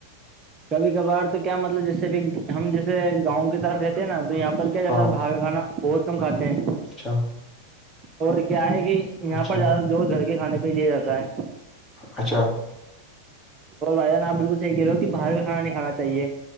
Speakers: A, on the right; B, on the left.
A: کبھی کبھار تو کیا مطلب جیسے بھی ہم جیسے گاؤں کی طرف رہتے ہیں نا تو یہاں پر کیا زیادہر
B: ہاں
A: بھاے کانا بہت کھے ہیں
B: اچھا
A: اور کیا ہے کہ یہاں
B: اچھا
A: پر زیادہ جوش گھر کے کھانے پہ لیا جاتا ہے
B: اچھا
A: اور وھدان آپ بالکل صحی کہہ رہو ہو کہ باہر کا کھان نہیں کانا چاہیے